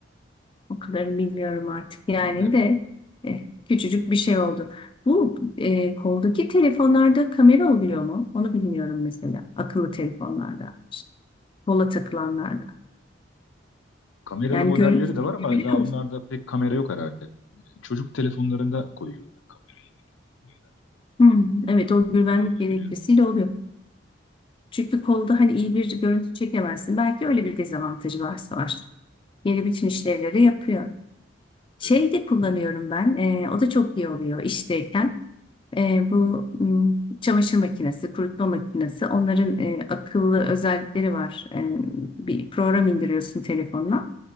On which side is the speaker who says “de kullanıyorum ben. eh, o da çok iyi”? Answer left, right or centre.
Left